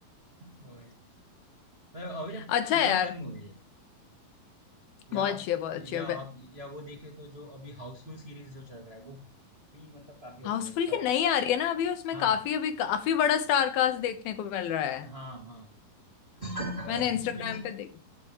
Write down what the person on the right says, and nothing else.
वही तो अभी ये
पूरा
फन मूवी है या
या
आप या वो देखे तो जो अभी हाउसफुल सीरीज जो चल रहा है वो वो भी मतलब काफी अच्छा
है उसका
है
हाँ
हाँ हाँ और
उसके
भी